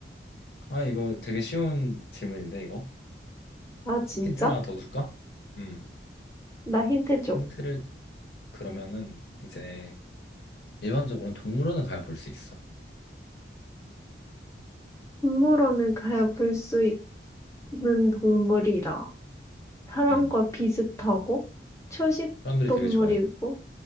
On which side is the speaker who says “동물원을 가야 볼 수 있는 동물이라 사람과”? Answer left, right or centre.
Left